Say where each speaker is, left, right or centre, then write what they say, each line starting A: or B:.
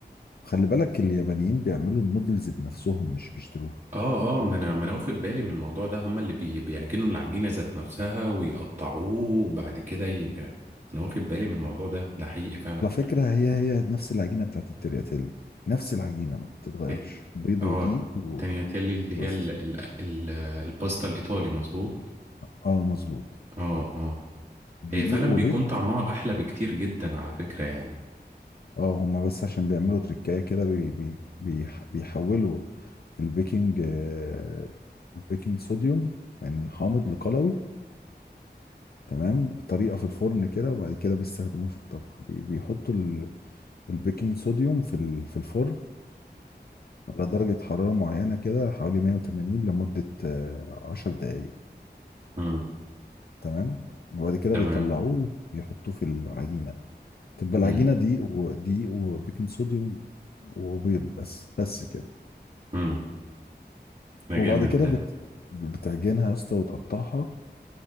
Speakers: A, on the left; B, on the right.
A: خلي بالك اليابانيين بيعملوا النودلز بنفسهم مش بيشتروها
B: اه اه ما انا ما انا واخد بالي من الموضوع ده هما اللي بي بيعجنوا العجينة ذات نفسها ويقطعوه وبعد كده ي... انا واخد بالي من الموضوع ده ده حقيقي فعلا
A: على فكرة هي هي نفس العجينة بتاعت الترياتيل نفس العجينة ما بتتغيرش
B: الت-
A: بيض
B: اه
A: ودقيق و-
B: تانياتيلي اللي
A: وبس
B: هي ال... ال... ال... الباستا الإيطالي مظبوط
A: اه مظبوط
B: اه اه
A: دقيق
B: هي فعلا
A: وبيض
B: بيكون طعمها أحلى بكتير جدا على فكرة يعني
A: اه هما بس عشان بيعملوا تريكاية كده بي بي بي بيحولوا البيكنج آه، البيكنج صوديوم من حامض لقلوي تمام بطريقة في الفرن كده وبعد كده بيستخدموه في الطبخ بي- بيحطوا ال- البيكنج صوديوم في ال- في الفرن على درجة حرارة معينة كده حوالي 180 لمدة آه، 10 دقايق
B: امم
A: تمام وبعد كده
B: تمام
A: بيطلعوه يحطوه في العجينة تبقى العجينة
B: مم.
A: دقيق ودقيق وبيكنج صوديوم وبيض بس بس كده
B: مم. ده
A: وبعد
B: جامد
A: كده
B: ده
A: بت... بتعجنها يا اسطى وتقطعها